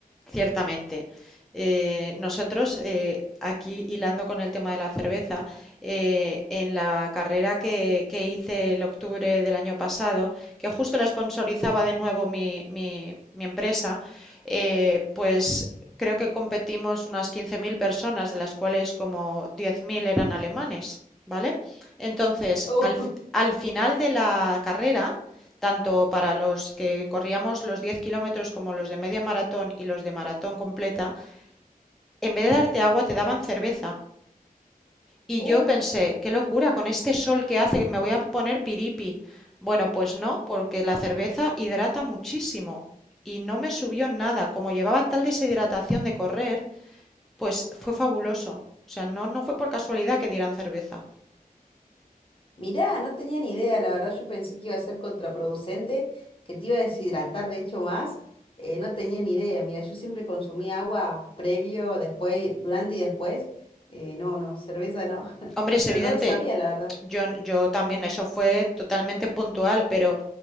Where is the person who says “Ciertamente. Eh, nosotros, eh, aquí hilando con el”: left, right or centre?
Centre